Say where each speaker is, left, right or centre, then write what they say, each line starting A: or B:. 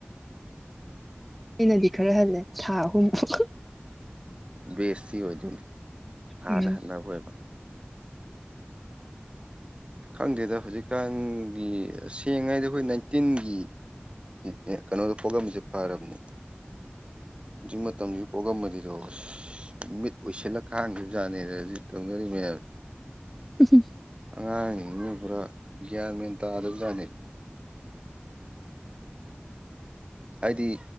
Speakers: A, in the centre; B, on the right (about 25°).
A: ꯑꯩꯅꯗꯤ ꯈꯔ ꯍꯜꯂꯦ ꯊꯥ ꯑꯍꯨꯝꯨꯛ
B: ꯕꯦꯁꯁꯤ ꯑꯣꯏꯗꯣꯏꯅꯤ ꯊꯥꯗ
A: ꯎꯝ
B: ꯍꯟꯅꯕ ꯑꯣꯏꯕ ꯈꯪꯗꯦꯗ ꯍꯧꯖꯤꯛꯀꯥꯟꯒꯤ ꯁꯦꯡꯉꯗ ꯑꯩꯈꯣꯏ ꯅꯥꯏꯟꯇꯤꯟꯒꯤ ꯑꯦ ꯑꯦ ꯀꯩꯅꯣꯗ ꯄꯣꯂꯝꯝꯁꯦ ꯐꯔꯕꯅꯤ ꯍꯧꯖꯤꯛ ꯃꯇꯝꯁꯤ ꯄꯣꯛꯑꯝꯕꯅꯤꯗꯣ ꯃꯤꯠ ꯑꯣꯏꯁꯤꯜꯂꯒ ꯈꯥꯡꯈꯤꯕ ꯖꯥꯠꯅꯦꯗ ꯍꯧꯖꯤꯛ ꯇꯧꯅꯔꯤ ꯃꯌꯥꯝ
A: ꯎꯝ
B: ꯑꯉꯥꯡꯅꯤꯡ ꯅꯤ ꯄꯨꯔꯥ ꯒ꯭ꯌꯥꯟ ꯃꯌ‌ꯦꯟ ꯇꯥꯗꯕꯖꯥꯠꯅꯤ ꯍꯥꯏꯗꯤ